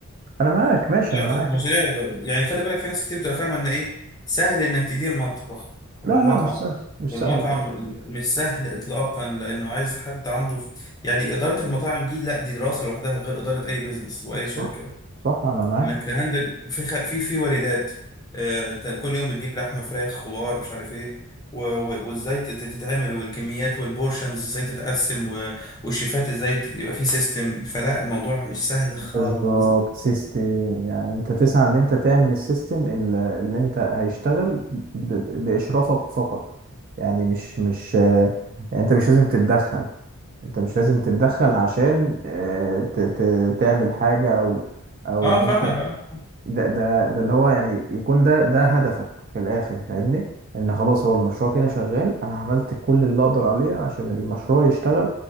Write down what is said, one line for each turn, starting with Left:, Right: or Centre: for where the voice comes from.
Right: انا معاك ماشي
Left: لا
Right: انا معاك
Left: المشاريع يعني خلي بالك في ناس كتير بتبقى فاهمه ان ايه سهل انك تدير مطبخ
Right: لا
Left: او مطعم
Right: لا مش سهل مش
Left: والمطعم
Right: سهل غلط
Left: مش سهل اطلاقا لانه عايز حد عنده يعني اداره المطاعم دي لا دي دراسه لوحدها غير اداره اي بزنس واي
Right: صح
Left: شركه
Right: صح انا معاك
Left: انك تهندل في خ... في في واردات آه، ت- كل يوم بتجيب لحمه فراخ خضار مش عارف ايه و... و... وازاي تت- تتعمل والكميات والبورشنز ازاي تتقسم و... والشيفات ازاي تت- يبقى في سيستم فلا الموضوع مش سهل خالص
Right: بالظبط سيستم يعني انت تسعى ان انت تعمل السيستم ال- اللي انت هيشتغل ب- ب- باشرافك فقط يعني مش مش آه، يعني انت مش لازم تتدخل انت مش لازم تتدخل عشان آه، ت- ت- تعمل حاجة او او
Left: اه
Right: ان انت
Left: فاهم
Right: ده ده ده اللي هو يعني يكون ده ده هدفك في الاخر فاهمني ان خلاص هو المشروع كده شغال انا عملت كل اللي اقدر عليه عشان المشروع يشتغل